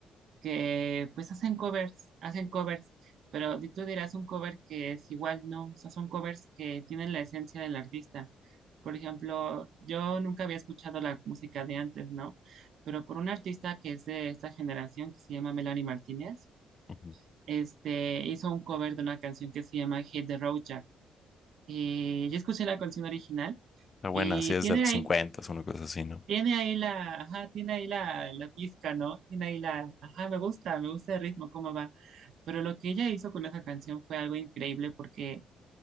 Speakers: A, on the right; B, on the left.
A: que pues hacen covers, hacen covers, pero di- tú dirás un cover que es igual, no, o sea, son covers que tienen la esencia del artista. Por ejemplo, yo nunca había escuchado la música de antes, ¿no? Pero por una artista que es de esta generación, que se llama Melanie Martínez,
B: Ujú.
A: este, hizo un cover de una canción que se llama Hit the Road Jack. Y yo escuché la canción original
B: Está buena,
A: y
B: sí es
A: tiene
B: de los
A: ahí,
B: 50, una cosa así, ¿no?
A: tiene ahí la, ajá, tiene ahí la, la pizca, ¿no? Tiene ahí la, ajá, me gusta, me gusta el ritmo, cómo va. Pero lo que ella hizo con esa canción fue algo increíble porque